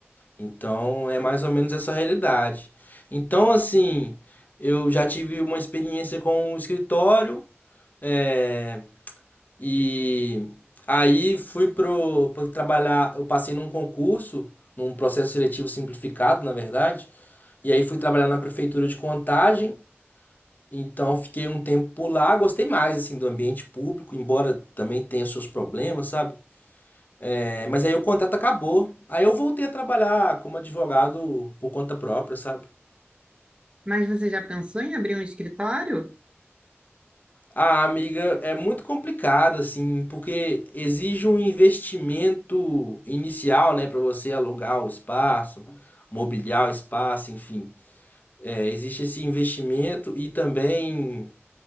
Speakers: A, on the left; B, on the right.
A: Então, é mais ou menos essa realidade. Então, assim, eu já tive uma experiência com o escritório, eh, E aí fui pro, pro trabalhar, eu passei num concurso, num processo seletivo simplificado, na verdade. E aí fui trabalhar na prefeitura de Contagem. Então fiquei um tempo por lá, gostei mais assim do ambiente público, embora também tenha seus problemas, sabe? É, mas aí o contrato acabou. Aí eu voltei a trabalhar como advogado por conta própria, sabe?
B: Mas você já pensou em abrir um escritório?
A: Ah, amiga, é muito complicado assim, porque exige um investimento inicial, né, para você alugar o espaço, mobiliar o espaço, enfim. É, existe esse investimento e também